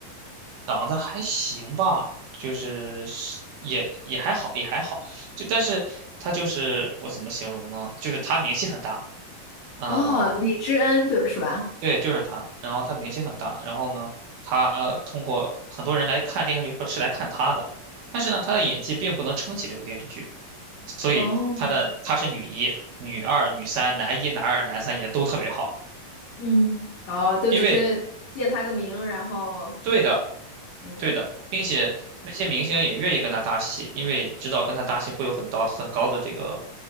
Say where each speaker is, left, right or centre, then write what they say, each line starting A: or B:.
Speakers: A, on the right; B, on the left.
A: 长得还行吧，就是是也也还好，也还好。就但是他就是我怎么形容呢？就是他名气很大，嗯、
B: 哦，李知恩，对，是吧？
A: 对，就是他。然后他名气很大，然后呢，他通过很多人来看电视剧，或是来看他的，但是呢，他的演技并不能撑起这部电视剧，所以他的他是女一、
B: 哦，
A: 女二、女三、男一、男二、男三演的都特别好。
B: 嗯，哦，都只是借他个名，
A: 因为。
B: 然后，
A: 对的，
B: 嗯，
A: 对的，并且那些明星也愿意跟他搭戏，因为知道跟他搭戏会有很高很高的这个